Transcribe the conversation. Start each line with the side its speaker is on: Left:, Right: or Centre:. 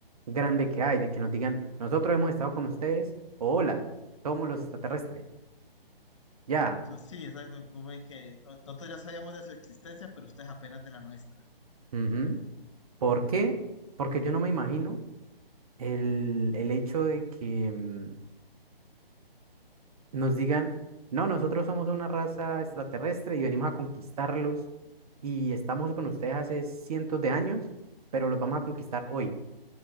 Right: grande que hay, de que nos digan, nosotros hemos estado con ustedes, o hola, somos los extraterrestres. Ya.
Left: Entonces, sí, exacto. Como de que no- nosotros ya sabíamos de su existencia, pero ustedes apenas de la nuestra.
Right: ujú. ¿Por qué? Porque yo no me imagino el, el hecho de que, mm, nos digan, no, nosotros somos una raza extraterrestre y venimos a conquistarlos y estamos con ustedes hace cientos de años, pero los vamos a conquistar hoy.